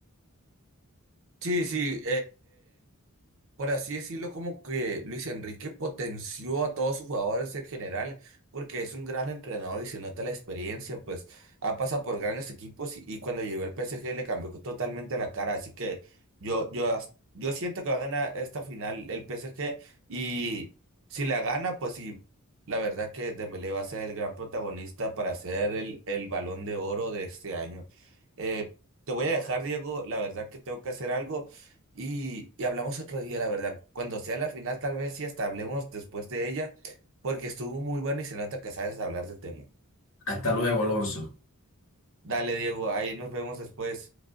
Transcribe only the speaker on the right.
Sí, sí, por así decirlo, como que Luis Enrique potenció a todos sus jugadores en general, porque es un gran entrenador y se nota la experiencia, pues ha pasado por grandes equipos y, y cuando llegó el PSG le cambió totalmente la cara, así que yo, yo, as- yo siento que va a ganar esta final el PSG y si la gana, pues sí, la verdad que Dembélé va a ser el gran protagonista para ser el, el Balón de Oro de este año. Eh, te voy a dejar, Diego, la verdad que tengo que hacer algo. Y, y hablamos otro día, la verdad. Cuando sea la final, tal vez sí hasta hablemos después de ella, porque estuvo muy bueno y se nota que sabes hablar del tema.
Dale, Diego, ahí nos vemos después.